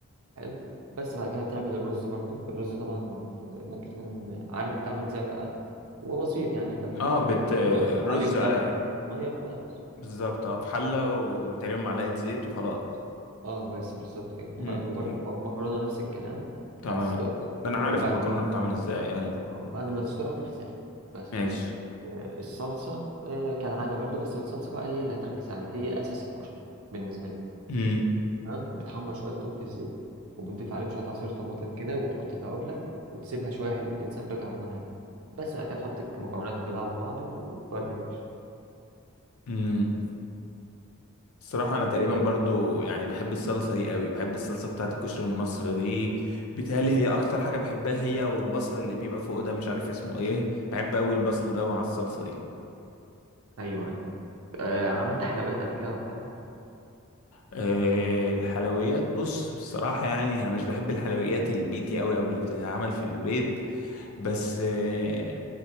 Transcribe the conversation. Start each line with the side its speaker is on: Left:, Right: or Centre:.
Right: حلو بس بعد كده هتعمل الرز برضو الرز طبعا ممكن تكون عارف بيتعمل ازاي ولا لا هو بسيط يعني انت بتحط
Left: اه بت
Right: كميه
Left: الرز
Right: رز عليهم
Left: على
Right: ضعف كميه الميه وخلاص
Left: بالظبط اه في حلة وتقريبا معلقة زيت وخلاص
Right: اه بس بالظبط كده ب-
Left: امم
Right: وبرضو مكرونه نفس الكلام
Left: تمام
Right: هتسلقها
Left: ده
Right: و-
Left: انا عارف
Right: وبعد
Left: المكرونة بتتعمل ازاي اي
Right: آه، وبعد ما تسلقها تغسلها بس
Left: ماشي
Right: الصلصة آه، كالعادة برضو بس الصلصة بقى هي اللي هتركز عليها هي أساس الكشري بالنسبة لي
Left: امم
Right: تمام بتحمر شوية توم في الزيت وبتضيف عليهم شوية عصير طماطم كده وتحط توابلك وتسيبها شوية حلوين تتسبك على نار هادية بس بعد كده تحط المكونات كلها على بعض وتودي يا باشا
Left: امم الصراحة أنا تقريبا
Right: إيه.
Left: برضو يعني بحب الصلصة دي قوي بحب الصلصة بتاعت الكشري المصري دي بيتهيألي هي أكتر حاجة بحبها هي والبصل اللي بيبقى فوق ده مش عارف اسمه ايه بحب قوي البصل
Right: آه.
Left: ده مع الصلصة دي
Right: أيوه أيوه آه عملت حلويات قبل كده ولا حاجة؟
Left: آه، الحلويات بص بصراحة يعني أنا مش بحب الحلويات البيتي أوي أو اللي بتتعمل في البيت بس آه،